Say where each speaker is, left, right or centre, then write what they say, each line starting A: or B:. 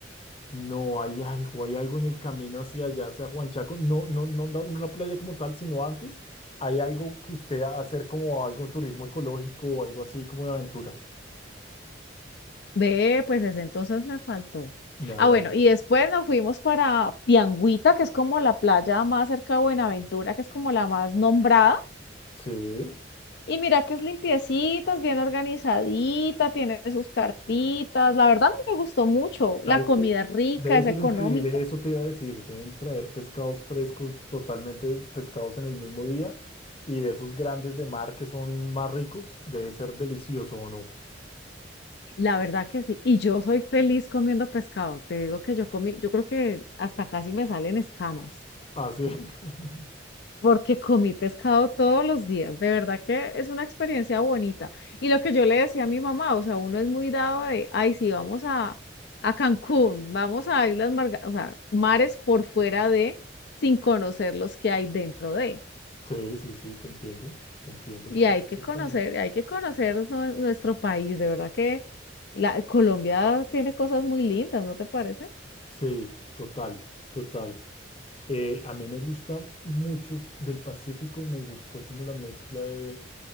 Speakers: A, on the left (about 30°); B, on the left (about 60°).
A: No, hay algo, hay algo en el camino hacia allá, hacia Huanchaco, no, no, no, la- no la playa como tal, sino antes, hay algo que usted hacer como algo turismo ecológico o algo así como de aventura,
B: Ve, pues ese entonces me faltó.
A: me habían
B: Ah, bueno,
A: dicho.
B: y después nos fuimos para Piangüita, que es como la playa más cerca de Buenaventura, que es como la más nombrada.
A: Sí.
B: Y mira que es limpiecita, es bien organizadita, tiene sus carpitas. La verdad a mí me gustó mucho. La
A: ¿Sabes
B: comida
A: qué?
B: es rica,
A: Debe
B: es
A: ser
B: económica.
A: increíble, eso te iba a decir, deben traer pescados frescos, totalmente pescados en el mismo día, y de esos grandes de mar que son más ricos, debe ser delicioso, ¿o no?
B: La verdad que sí. Y yo soy feliz comiendo pescado. Te digo que yo comí, yo creo que hasta casi me salen escamas.
A: Ah, sí. <laughs>
B: porque comí pescado todos los días. De verdad que es una experiencia bonita. Y lo que yo le decía a mi mamá, o sea, uno es muy dado de, ay, sí, vamos a, a Cancún, vamos a Islas Marga, o sea, mares por fuera de, sin conocer los que hay dentro de.
A: Sí, sí, sí, te entiendo, te entiendo
B: Y
A: perfectamente.
B: hay que conocer, hay que conocer nue- nuestro país. De verdad que la, Colombia tiene cosas muy lindas, ¿no te parece?
A: Sí, total, total. Eh, a mí me gusta mucho del Pacífico, me gustó como la mezcla de,